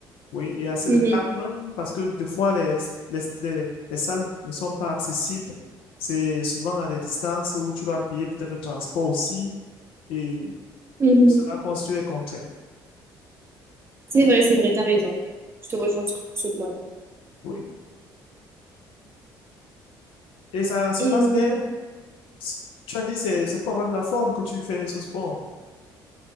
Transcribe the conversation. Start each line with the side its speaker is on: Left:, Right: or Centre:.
Left: oui, et assez
Right: Mhm.
Left: de temps même, parce que des fois, les, les, les, les salles ne sont pas accessibles. C'est souvent à des distances où tu dois payer peut-être le transport aussi, et
Right: Mhm.
Left: ça construit des contraintes.
Right: C'est vrai, c'est vrai, t'as raison. Je te rejoins sur ce point-là.
Left: Oui. Et ça se
Right: Et
Left: passe
Right: euh,
Left: bien c- Tu as dit c'est c'est pour avoir de la forme que tu fais ce sport.